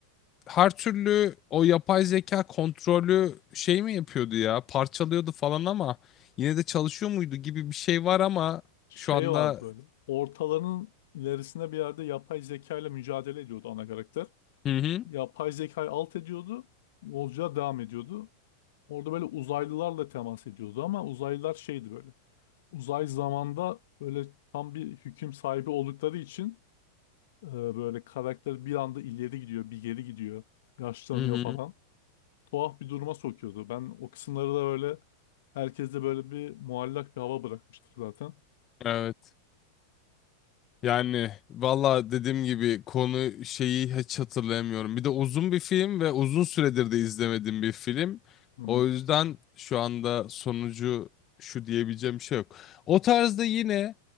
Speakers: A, on the left; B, on the left.
A: her türlü o yapay zeka kontrolü şey mi yapıyordu ya? Parçalıyordu falan ama yine de çalışıyor muydu gibi bir şey var ama
B: Şey
A: şu anda
B: vardı böyle. Ortalarının ilerisinde bir yerde yapay zeka ile mücadele ediyordu ana karakter.
A: Hı hı.
B: Yapay zekayı alt ediyordu. Yolculuğa devam ediyordu. Orada böyle uzaylılarla temas ediyordu ama uzaylılar şeydi böyle. Uzay zamanda böyle tam bir hüküm sahibi oldukları için e, böyle karakter bir anda ileri gidiyor, bir geri gidiyor, yaşlanıyor
A: Hı hı.
B: falan. Tuhaf bir duruma sokuyordu. Ben o kısımları da böyle herkeste böyle bir muallak bir hava bırakmıştı zaten.
A: Evet. Yani valla dediğim gibi konu şeyi hiç hatırlayamıyorum. Bir de uzun bir film ve uzun süredir de izlemediğim bir film.
B: Hı hı.
A: O yüzden şu anda sonucu şu diyebileceğim bir şey yok. O tarzda yine